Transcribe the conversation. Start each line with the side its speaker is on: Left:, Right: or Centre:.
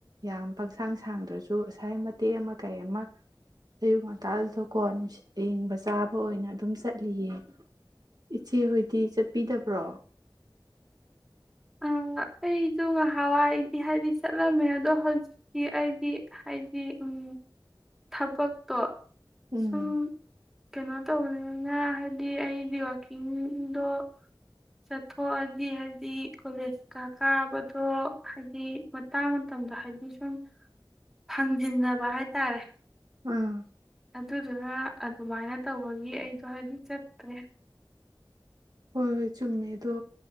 Right: ꯌꯥꯝ ꯄꯪꯁꯥꯡ ꯁꯥꯡꯗ꯭ꯔꯁꯨ ꯉꯁꯥꯏ ꯃꯇꯦꯛ ꯑꯃ ꯀꯩ ꯑꯃ ꯑꯌꯨꯛ ꯉꯟꯇꯥꯗꯀꯣꯠ ꯑꯌꯡꯕ ꯆꯥꯕ ꯑꯣꯏꯅ ꯑꯗꯨꯝ ꯆꯠꯂꯤꯌꯦ ꯏꯆꯦ ꯍꯗꯤ ꯆꯠꯄꯤꯗꯕ꯭ꯔꯣ
Centre: ꯑ ꯑꯩꯁꯨ ꯉꯍꯥꯟꯋꯥꯏꯗꯤ ꯍꯥꯏꯗꯤ ꯆꯠꯂꯝꯃꯦ ꯑꯗꯣ ꯍꯧꯖꯤꯛꯇꯤ ꯑꯩꯗꯤ ꯍꯥꯏꯗꯤ ꯎꯝ ꯊꯕꯛꯇꯣ
Right: ꯎꯝ
Centre: ꯁꯨꯝ ꯀꯩꯅꯣ ꯇꯧꯕꯅꯤꯅ ꯍꯥꯏꯗꯤ ꯑꯩꯗꯤ ꯋꯀꯤꯡꯗꯣ ꯆꯠꯊꯣꯛꯑꯗꯤ ꯍꯥꯏꯗꯤ ꯀꯣꯂꯦꯖꯀ ꯀꯥꯕꯗꯣ ꯍꯥꯏꯗꯤ ꯃꯇꯥꯡ ꯃꯇꯝꯗꯣ ꯍꯥꯏꯗꯤ ꯁꯨꯝ ꯐꯪꯖꯤꯟꯅꯕ ꯍꯥꯏꯇꯥꯔꯦ
Right: ꯑꯥ
Centre: ꯑꯗꯨꯗꯨꯅ ꯑꯗꯨꯃꯥꯏꯅ ꯇꯧꯕꯒꯤ ꯑꯩꯗꯣ ꯍꯥꯏꯗꯤ ꯆꯠꯇ꯭ꯔꯦ
Right: ꯍꯣꯏ ꯍꯣꯏ ꯆꯨꯝꯃꯦ ꯑꯗꯣ